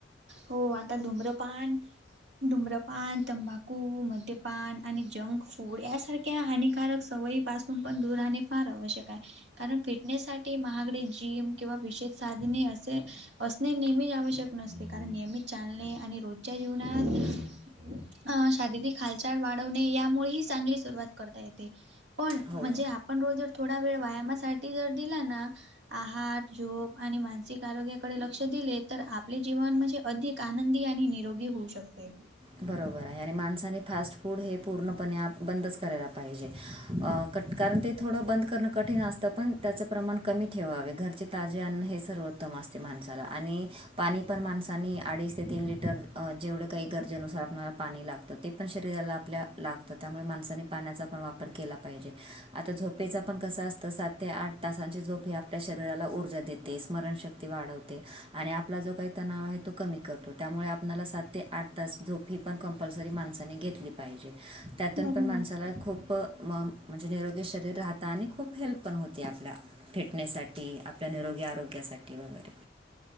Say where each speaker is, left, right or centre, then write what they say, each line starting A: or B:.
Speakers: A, on the right; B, on the right.
A: हो आता धुम्रपन धूम्रपान, तंबाखू, मद्यपान, आणि जंग फूड यासारख्या हानिकारक सवयी पासून पण दूर राहणे फार आवश्यक आहे कारण फिटनेस साठी महागडे जिम, किंवा विशेष साधने असे असणे नेहमीच आवश्यक नसते, कारण नियमित चालणे, आणि रोजच्या जीवनात अ शारीरिक हालचाल वाढवणे, यामुळेही चांगली सुरुवात करता येते पण
B: हो
A: म्हणजे आप पण रोज जर थोडा वेळ व्यायामासाठी जर दिला ना आहार, झोप, आणि मानसिक आरोग्य कडे लक्ष दिले तर आपले जीवन म्हणजे अधिक आनंदी आणि निरोगी होऊ शकते.
B: बरोबर आहे, आणि माणसाने फास्ट फूड हे पूर्णपणे बंदच करायला पाहिजे अ कट कारण ते थोडं बंद करणं कठीण असतं पण त्याचं प्रमाण कमी ठेवावे, घरचे ताजे अन्न हे सर्वोत्तम असते माणसाला आणि पाणी पण माणसानी अडीच ते तीन लिटर तर जेवढे काही कर जे नुसार आपणाला पाणी लागतं ते पण शरीराला आपल्या लागतं, त्यामुळे माणसानी पाण्याचा वापर केला पाहिजे, आता झोपेचा पण कसं असतं सात ते आठ तासांची झोप ही आप आपल्या शरीराला ऊर्जा देते, स्मरणशक्ती वाढवते, आणि आपला जो काही तणाव आहे तो कमी करतो, त्यामुळे आपला सात ते आठ तास झोप ही पण कंपल्सरी माणसाने घेतली पाहिजे. त्यातून
A: बरोबर.
B: पण माणसाला खूप म म्हणजे निरोगी शरीर राहतं, आणि खूप हेल्प पण होती आपल्या फिटनेससाठी, आपल्या निरोगी आरोग्यासाठी वगैरे.